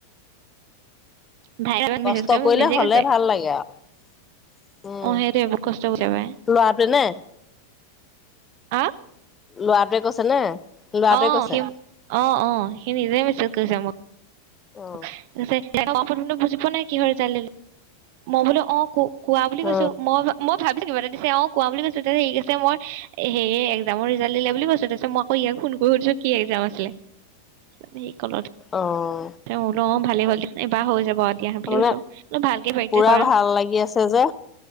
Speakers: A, on the right; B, on the left.
A: ভাই এবাৰ মেছেজ
B: কষ্ট
A: কৰি
B: কৰিলে
A: মোক নিজেই
B: হলে
A: কৈছে
B: ভাল লাগে আৰু উম
A: অ সেইটোৱে বহুত কষ্ট কৰিছে পাই
B: লৰাটোৱে নে।
A: আ
B: লৰাটোৱে কৈছে নে। ল'ৰাটোৱে
A: অহ
B: কৈছে
A: সি অ অ সি নিজে মিছে কৰিছে মোক।
B: অ
A: <unintelligible> বুজ পোৱা নাই। কি হ'ল যানে নে মই বোলো অ ক কোৱা বুলি
B: অ
A: কৈছো মই মই ভাবো দিছে কিবা এটা দিছে আও কোৱা বুলি কৈছো তাছত সি কৈছে মই সেয়ে একজামৰ ৰিজাল্ট দিলে বুলি কৈছ তাৰপিছ মই আকৌ ইয়াক ফোন কৰি সুধিছো কি একজাম আছিলে তাপিছত সি কলত হে
B: অঁ
A: তেওঁ লম ভালেই হ'ল এবাৰ হৈ যাব আ দিয়া বুলি
B: তাৰমানে
A: কৈছো আও ভালকে প্ৰেক্টিচ
B: পুৰা
A: কৰা
B: ভাল লাগি আছে যে